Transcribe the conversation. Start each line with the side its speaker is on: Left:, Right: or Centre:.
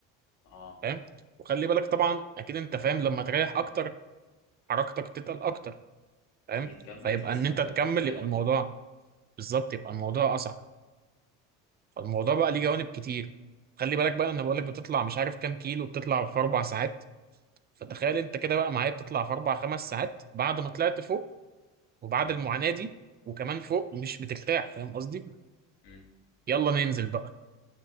Left: اه
Right: فاهم وخلي بالك طبعا اكيد انت فاهم لما تريح اكتر حركتك تتقل اكتر فاهم
Left: تيجي تكمل
Right: فيبقى
Left: تحس
Right: ان انت
Left: نفسك
Right: تكمل
Left: مش قادر
Right: يبقى الموضوع بالظبط يبقى الموضوع اصعب فالموضوع بقى ليه جوانب كتير خلي بالك بقى انا بقول لك بتطلع مش عارف كام كيلو بتطلع في اربع ساعات فتخيل انت كده بقى معايا بتطلع في اربع خمس ساعات بعد ما طلعت فوق وبعد
Left: مم.
Right: المعاناة دي وكمان فوق مش بترتاح فاهم قصدي
Left: مم.
Right: يلا ننزل بقى